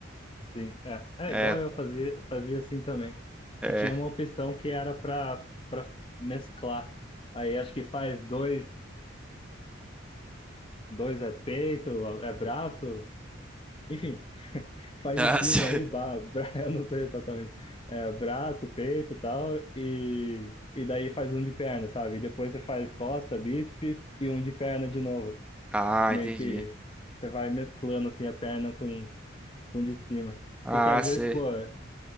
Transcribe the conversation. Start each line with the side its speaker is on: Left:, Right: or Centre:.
Left: sim. É, é
Centre: É,
Left: igual eu fazia, fazia assim também.
Centre: é.
Left: Que tinha uma opção que era para para mesclar. Aí acho que faz dois, dois é peito, é braço, enfim. faz
Centre: Ah,
Left: em cima
Centre: cê-
Left: aí, ba-
Centre: <laughs>
Left: bra- <laughs> eu não sei exatamente, é, braço, peito e tal, e, e daí faz um de perna, sabe? E depois você faz costa, bíceps e um de perna de novo.
Centre: ah,
Left: Meio
Centre: entendi.
Left: que você vai mesclando assim a perna com, com o de cima.
Centre: Ah,
Left: Porque às
Centre: sei.
Left: vezes, pô, é,